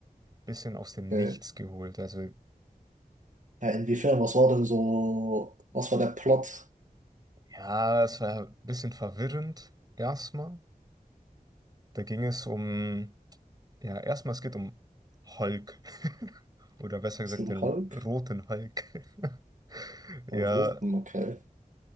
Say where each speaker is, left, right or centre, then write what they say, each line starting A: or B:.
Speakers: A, on the right; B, on the right.
A: Bisschen aus dem
B: okay.
A: Nichts geholt. Also,
B: Ja, inwiefern, was war denn so, was war der Plot?
A: ja, es war ein bisschen verwirrend erstmal. Da ging es um, ja, erstmal es geht um Hulk. <laughs> Oder besser
B: Es
A: gesagt,
B: gibt
A: den
B: einen Hulk?
A: roten Hulk. <laughs> Ja,
B: Einen roten, okay.